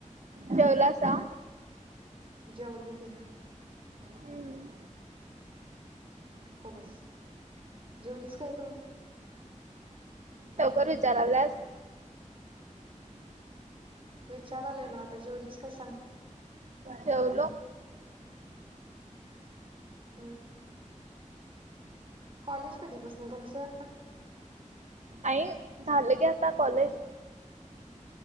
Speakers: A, on the right; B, on the right.
A: जेवलासा?
B: जेवलो की.
A: हम्म.
B: गप बस, जेवलीस काय तू?
A: लवकर विचाराल्यास,
B: विचारालोय नवं आता जेवलीस काय सांग?
A: जेवलो.
B: हम्म. कॉलेज कधी पासनं तुमचं.
A: अईग झालं की आता कॉलेज.